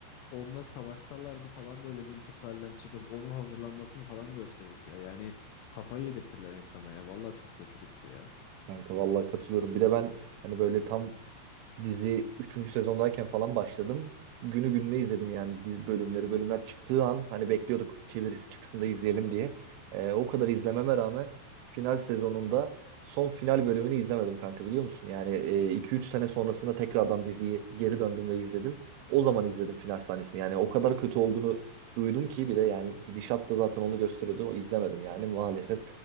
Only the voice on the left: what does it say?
onunla savaşsalardı falan böyle Winterfell'den çıkıp onun hazırlanmasını falan görseydik ya. Yani kafayı yedirtirler insana ya. Vallahi çok kötü bitti ya.